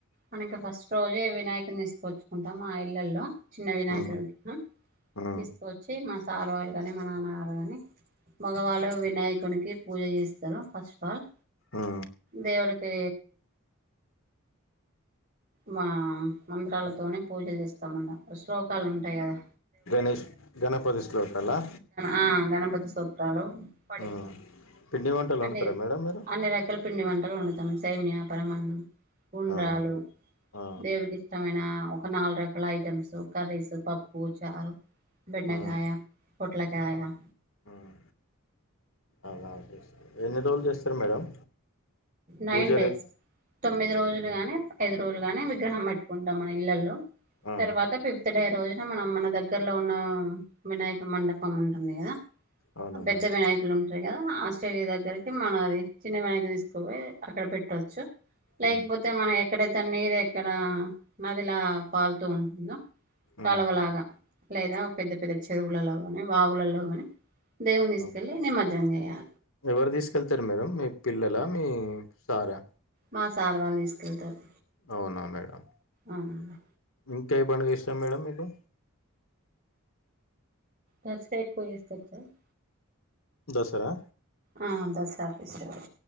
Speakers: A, on the right; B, on the left.
A: మనకి ఫస్ట్ రోజే వినాయకుని తీసుకొచ్చుకుంటాం మా ఇళ్లల్లో చిన్న వినాయక
B: ఆ
A: విగ్రహం
B: ఆ
A: తీసుకోచ్చి మా సారు వాళ్ళు కాని మా నాన్నగారు కాని మగవాళ్ళు వినాయకునికి పూజ చేస్తారు ఫస్ట్ ఆఫ్ ఆల్
B: ఆ
A: దేవుడికి మా మంత్రాలతోనే పూజలు చేస్తామ్ శ్లోకాలు ఉంటాయి కదా
B: గణేష్ గణపతి శ్లోకాల
A: ఆ గణపతి సొత్ర తళ <unintelligible>
B: ఉమ్ పిండి వంటలు వండుతారా
A: అన్ని
B: మేడం మీరు
A: అన్ని రకాల పిండి వంటలు వండ సేమియా పరమాన్నం ఉండ్రాళ్ళు
B: ఆ ఆ
A: దేవుడికి ఇష్ట ఒక నాలుగు రకాల ఐటమ్స్ కర్రీసు పప్పు చారు బెండకాయ
B: ఉమ్
A: పొట్లకాయ
B: ఉమ్ అలా చేస్తారు ఎన్ని రోజులు చేస్తారు మేడం
A: నైన్
B: పూజలే
A: డేస్ తొమ్మిది రోజులు గానీ ఐదు రోజులు గానే విగ్రహం పెట్టుకుంటాం మన ఇళ్లల్లో
B: ఆ
A: తర్వాత ఫి డే రోజున మనం మన దగ్గరలో ఉన్న వినాయక మండపం ఉంటుంది కదా
B: అవునా
A: పెద్ద
B: మేడం
A: వినాయకులు ఉంట కదా ఆ స్టేజి దగ్గరికి మనది చిన్న వినాయకుని తీసుకుపోయి అక్కడ పెట్టొచ్చు లేకపోతే
B: ఉమ్
A: మనం ఎక్కడైతే నీరెక్కడ నదిలా పారుతూ ఉంటుందో కాలవ
B: ఉమ్
A: లాగా లేదా పెద్ద పెద్ద చెరువులలో కాని బావులలో కాని దేవునితీస్కెల్లి
B: ఉమ్
A: నిమ అ
B: ఎవరు తీసుకెళ్తరు మేడం మీ పిల్లలా మీ సారా
A: మా సార్ వాళ్ళు తీసుకెళ్తారు
B: అవునా మేడం
A: అవునండి
B: ఇంకా ఏ పండుగ ఇష్టం మేడం మీకు
A: నచ్చకాక్ వయస్త <unintelligible>
B: దసరా
A: ఆ దసరా ఫెస్టివల్